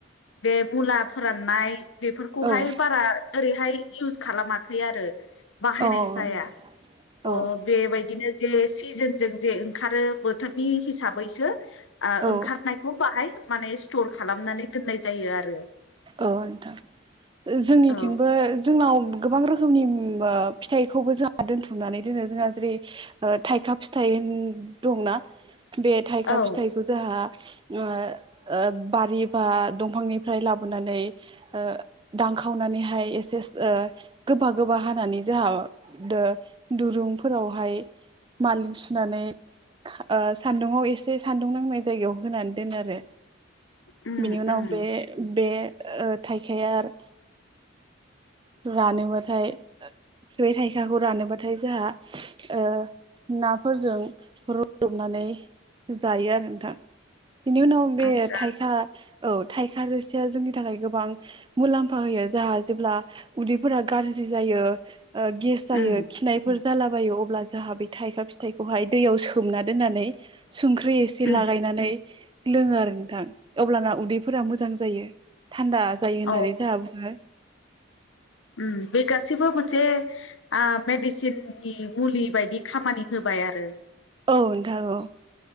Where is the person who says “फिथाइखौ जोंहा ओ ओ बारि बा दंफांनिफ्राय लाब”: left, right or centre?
Right